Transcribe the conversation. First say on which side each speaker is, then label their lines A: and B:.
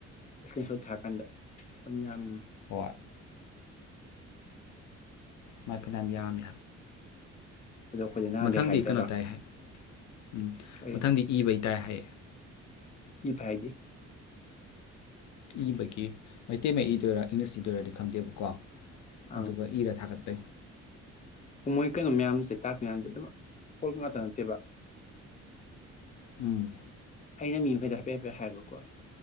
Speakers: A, on the left; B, on the left.
A: ꯏꯁꯀ꯭ꯔꯤꯟ ꯁꯣꯠ ꯊꯥꯀꯥꯟꯗ ꯌꯥꯝ
B: ꯍꯣꯏ ꯃꯥꯏ ꯐꯅ ꯌꯥꯝ ꯌꯥꯝꯃꯦ
A: ꯑꯗꯣ ꯑꯩꯈꯣꯏꯗ ꯅꯍꯥꯟꯗꯩ
B: ꯃꯊꯪꯗꯤ
A: ꯍꯥꯏꯗꯕ
B: ꯀꯩꯅꯣ ꯇꯥꯏ ꯍꯥꯏ ꯎꯝ
A: ꯀꯔꯤ
B: ꯃꯊꯪꯗꯤ ꯏꯕꯩ ꯇꯥꯏ ꯍꯥꯏꯌꯦ
A: ꯏ ꯐ ꯍꯥꯏꯗꯤ
B: ꯏꯕꯒꯤ ꯃꯩꯇꯩ ꯃꯌꯦꯛ ꯏꯗꯣꯏꯔꯥ ꯏꯪꯂꯤꯁ ꯏꯗꯣꯏꯔꯗꯤ ꯈꯪꯗꯦꯕꯀꯣ
A: ꯑꯪ
B: ꯑꯗꯨꯒ ꯏꯔ ꯊꯥꯒꯠ ꯇꯦ
A: ꯃꯣꯏ ꯀꯩꯅꯣ ꯃꯌꯥꯝꯁꯦ ꯇꯥꯛꯁ ꯃꯌꯥꯝꯁꯦ ꯑꯗꯨꯝ ꯀ ꯉꯥꯛꯇ ꯅꯠꯇꯦꯕ
B: ꯎꯝ
A: ꯑꯩꯅ ꯃꯤ ꯃꯈꯩꯗ ꯍꯥꯏꯐꯦꯠ ꯍꯥꯏꯐꯦꯠ ꯍꯥꯏꯕꯀꯣ ꯑ